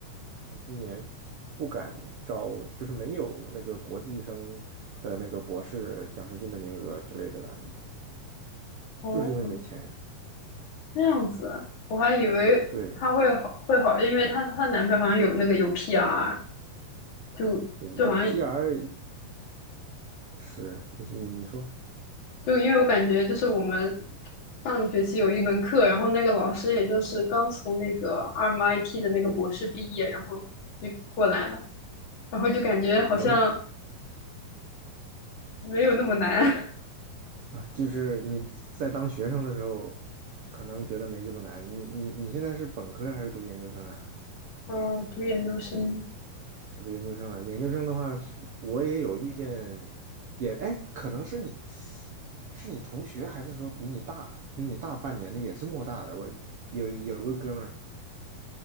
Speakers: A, on the right; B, on the left.
A: 今年不敢招，就是没有那个国际生的那个博士奖学金的名额之类的了，
B: 哦，
A: 就是因为没钱呀。
B: 这样子，我还以为她会好会好，
A: 对，
B: 因为她她男朋友好像有那个有 PR，就就好像
A: 嗯有 PR 是你你你说
B: 就因为我感觉就是我们上个学期有一门课，然后那个老师也就是刚从那个 RMIT 的那个博士毕业，然后就过来了，然后就感觉好像
A: 我能
B: 没有那么难。
A: 啊，就是你在当学生的时候，可能觉得没这么难。你你你现在是本科还是读研究生啊？
B: 嗯，读研究生，
A: 这个研究生啊，研究生的话是，我也有遇见，也哎，可能是你，是你同学，还是说比你大，比你大半年的，也是莫大的。我有有个哥们儿，